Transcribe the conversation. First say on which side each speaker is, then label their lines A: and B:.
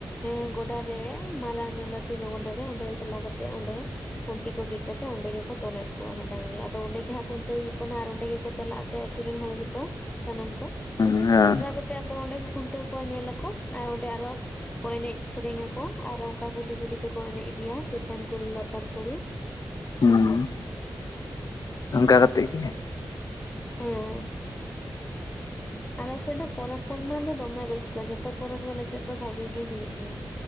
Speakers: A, on the left; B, on the left.
A: ᱮᱸ ᱜᱚᱰᱟ ᱨᱮ ᱢᱟᱨᱟᱝ ᱧᱚᱜ ᱞᱟᱹᱴᱩ ᱧᱚᱜ ᱜᱚᱰᱟ ᱨᱮ, ᱚᱸᱰᱮ ᱪᱟᱞᱟᱣ ᱠᱟᱛᱮᱜ ᱚᱸᱰᱮ ᱠᱷᱩᱱᱴᱤ ᱠᱚ ᱵᱤᱫ ᱠᱟᱛᱮᱜ ᱚᱸᱰᱮ ᱜᱮᱠᱚ ᱛᱚᱞᱮᱫ ᱠᱚᱣᱟ ᱦᱟᱸᱜ ᱰᱟᱝᱨᱤ, ᱟᱫᱚ ᱚᱸᱰᱮ ᱜᱮ ᱦᱟᱸᱜ ᱠᱷᱩᱱᱴᱟᱹᱣ ᱦᱩᱭᱩᱜ ᱠᱟᱱᱟ ᱟᱨ ᱚᱸᱰᱮ ᱜᱮᱠᱚ ᱪᱟᱞᱟᱜ ᱛᱮ ᱟᱛᱩ ᱨᱮᱱ ᱦᱚᱲ ᱡᱚᱛᱚ ᱥᱟᱱᱟᱢ ᱠᱚ,
B: ᱦᱮᱸ
A: ᱪᱟᱞᱟᱣ ᱠᱟᱛᱮ ᱛᱮ ᱟᱫᱚ ᱚᱸᱰᱮ ᱠᱚ ᱠᱷᱩᱱᱴᱟᱹᱣ ᱠᱚᱣᱟ ᱧᱮᱞᱟᱠᱩ ᱟᱨ ᱚᱸᱰᱮ ᱟᱨᱚ ᱠᱚ ᱮᱱᱮᱡ ᱥᱮᱨᱮᱧ ᱟᱠᱚ ᱟᱨ ᱚᱱᱠᱟ ᱜᱩᱞᱤ ᱜᱩᱞᱤ ᱛᱮᱠᱚ ᱮᱱᱮᱡ ᱤᱫᱤᱭᱟ ᱪᱮᱛᱟᱱ ᱠᱩᱞᱤ ᱞᱟᱛᱟᱨ ᱠᱩᱲᱤ᱾
B: ᱦᱩᱸ᱾
A: ᱱᱚᱝᱠᱟ᱾
B: ᱜᱟ ᱠᱟᱛᱮᱜ ᱜᱮ᱾
A: ᱦᱮᱸ ᱟᱞᱮ ᱥᱮᱫ ᱫᱚ ᱯᱚᱨᱚᱵᱽ ᱠᱚᱨᱮ ᱱᱟᱜ ᱫᱚ ᱫᱚᱢᱮ ᱨᱟᱹᱥᱠᱟᱹ, ᱡᱷᱚᱛᱚ ᱯᱚᱨᱚᱵᱽ ᱜᱮ ᱟᱞᱮ ᱥᱮᱫ ᱫᱚ ᱵᱷᱟᱜᱤ ᱜᱮ ᱦᱩᱭᱩᱜ ᱜᱮᱭᱟ᱾